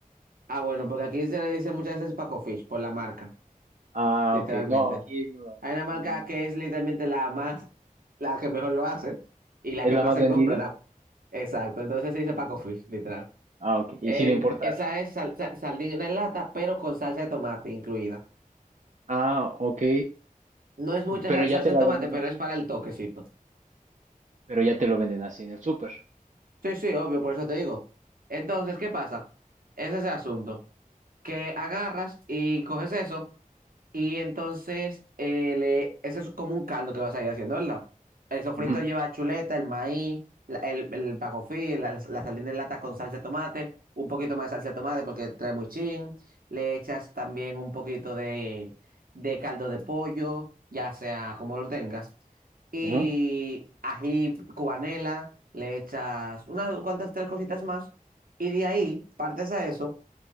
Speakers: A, on the right; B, on the right.
A: Ah, bueno, porque aquí se le dice muchas veces paco fish por la marca,
B: Ah,
A: literalmente.
B: ok. No, aquí no.
A: Hay una marca
B: Mm,
A: que es literalmente la más, la que mejor lo hace y la
B: ¿Es
A: que
B: la
A: más
B: más
A: se
B: vendida?
A: compra. la- Exacto, entonces se dice paco fish, literal.
B: Ah, ok. Y
A: Eh,
B: sin importar.
A: esa es sal- sa- sardina en lata, pero con salsa de tomate incluida.
B: Ah, ok.
A: No es mucha
B: Pero
A: sal-
B: ya
A: salsa
B: te la
A: de tomate,
B: venden
A: pero
B: así.
A: es para el toquecito.
B: Pero ya te lo venden así en el súper.
A: Sí, sí, obvio, por eso te digo. Entonces, ¿qué pasa? Ese es el asunto. Que agarras y coges eso, y entonces, eh, le- eso es como un caldo que vas a ir haciendo, ¿verdad? El sofrito
B: Ujú,
A: lleva chuleta, el maíz, la- el, el pacofí, la, la sardina en lata con salsa de tomate, un poquito más de salsa de tomate porque trae muy chin. Le echas también un poquito de, de caldo de pollo, ya sea como lo tengas. Y
B: ujú,
A: ají cubanela, le echas unas cuantas tres cositas más. Y de ahí partes a eso